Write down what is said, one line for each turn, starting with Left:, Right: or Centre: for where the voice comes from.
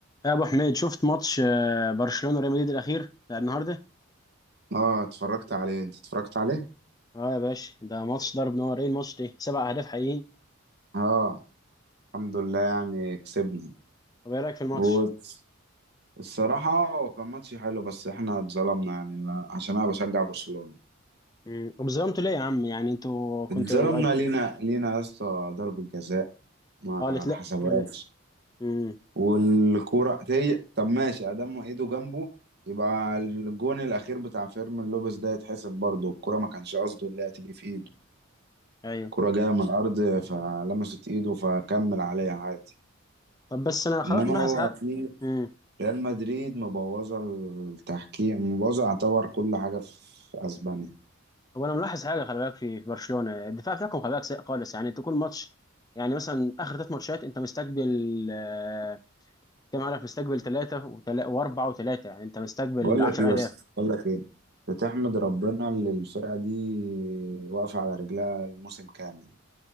Left: يا ابو حميد شفت ماتش آه، برشلونه ريال مدريد الاخير بتاع النهارده
Right: اه اتفرجت عليه انت اتفرجت عليه
Left: اه يا باشا ده ماتش ضرب نارين ماتش ده سبع اهداف حقيقيين
Right: اه الحمد لله يعني كسبنا
Left: طب ايه رايك في الماتش
Right: والصراحة هو كان ماتش حلو بس احنا اتظلمنا يعني لا- عشان انا بشجع برشلونة
Left: امم طب ظلمتوا ليه يا عم يعني انتوا كنتوا
Right: اتظلمنا
Left: قد...
Right: لينا لينا يا اسطى ضربة جزاء ما
Left: اه قالت لا
Right: حسبهاش
Left: ولا امم
Right: والكورة هي طب ماشي ادام ايده جنبه يبقى الجون الاخير بتاع فيرمين لوبيز ده يتحسب برضه الكورة ما كانش قصده اللي هتيجي في ايده
Left: ايوه
Right: الكورة جاية من الارض فلمست ايده فكمل عليها عادي
Left: طب بس انا خلاص
Right: انما
Left: ملاحظ
Right: هو
Left: حاجه
Right: في
Left: امم
Right: ريال مدريد مبوظه التحكيم مبوظه يعتبر كل حاجه في اسبانيا
Left: طب انا ملاحظ حاجه خلي بالك في في برشلونه الدفاع بتاعكم خلي بالك سيء خالص يعني انتوا كل ماتش يعني مثلا اخر ثلاث ماتشات انت مستقبل آه، كام هدف مستقبل ثلاثه واربعه وثلاثه يعني انت مستقبل
Right: بقول
Left: 10
Right: لك ايه
Left: اهداف
Right: بس بقول لك ايه بتحمد ربنا اللي الفرقه دي واقفه على رجلها الموسم كامل